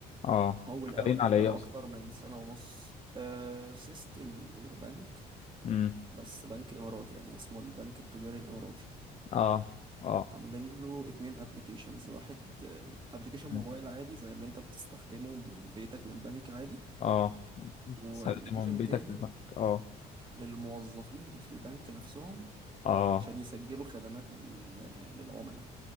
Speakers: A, on the left; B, on the right.
A: اه
B: طول
A: شغالين
B: قوي يعني
A: على
B: بقاله
A: ايه اصلا
B: اكتر من سنة ونص أه سيستم بنك
A: امم
B: بس بنك اماراتي يعني اسمه البنك التجاري الاماراتي
A: اه اه
B: عاملين له اتنين ابلكيشنز واحد ابلكيشن
A: مم.
B: موبايل عادي زي اللي انت بتستخدمه من بيتك للبنك عادي
A: اه
B: وابلكيشن
A: تستخدمه من بيتك
B: تاني
A: للبنك اه
B: للموظفين اللي في البنك نفسهم
A: اه
B: عشان يسجلوا خدمات لل... للعملاء